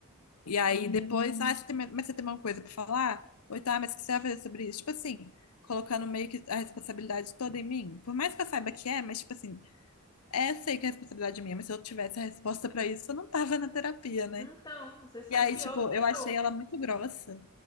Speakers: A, on the left; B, on the left.
A: E aí depois, ah, Hum. você tem, mas você tem uma coisa pra falar? Ou tá, mas o que você vai fazer sobre isso? Tipo assim, colocando meio que a responsabilidade toda em mim. Por mais que eu saiba que é, mas tipo assim, é, eu sei que é responsabilidade é minha, mas se eu tivesse a resposta pra isso, eu não tava na terapia, né?
B: Então, você sai
A: E aí,
B: pior
A: tipo,
B: do que
A: eu
B: entrou.
A: achei ela muito grossa.